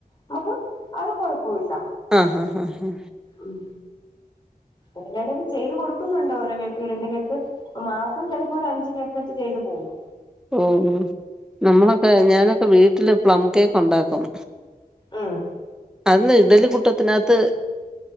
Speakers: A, on the left; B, in the centre.
A: നമുക്ക് അത് കൊഴപ്പവില്ല.
B: ആഹാഹാഹാ
A: ഉം എടേലെടേല് ചെയ്ത് കൊടുക്കുന്നുണ്ട് ഓരോ കേക്ക് ഈരണ്ട് കേക്ക് ഇപ്പമാസം ചെലപ്പൊ ഒരഞ്ച് കേക്ക്വെച്ച് ചെയ്ത് പോവും
B: ഓഹ് നമ്മളൊക്കെ ഞാനൊക്കെ വീട്ടില് പ്ലം കേക്കുണ്ടാക്കും.
A: ഉം
B: അത് ന്ന് ഇഡലികുട്ടത്തിനകത്ത്